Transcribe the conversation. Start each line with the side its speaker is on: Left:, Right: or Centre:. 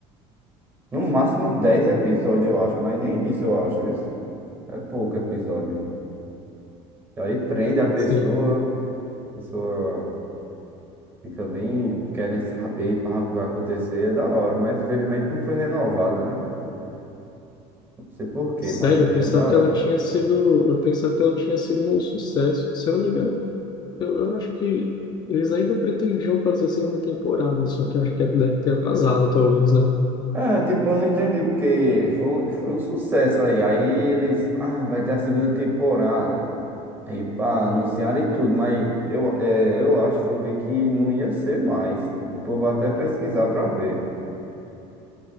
Right: No máximo 10 episódios, eu acho, mas nem isso eu acho, isso é pouco episódio. E aí prende a pessoa,
Left: Sim.
Right: a pessoa fica bem querendo saber para o que vai acontecer, é da hora, mas infelizmente não foi renovada, né? Eu Não sei por quê,
Left: Sério,
Right: mas aí
Left: eu pensava
Right: é da hora.
Left: que ela tinha sido. Eu pensava que ela tinha sido um sucesso. Se eu não me engano, eu, eu acho que eles ainda pretendiam fazer a segunda temporada, só que eu acho que deve ter atrasado, talvez, não?
Right: É, tipo, eu não entendi, porque foi, um- foi um sucesso aí. Aí eles, ah, vai ter a segunda temporada. Aí, pá, anunciaram e tudo, mas eu, é, eu acho que eu vi que não ia ser mais. Depois vou até pesquisar pra ver.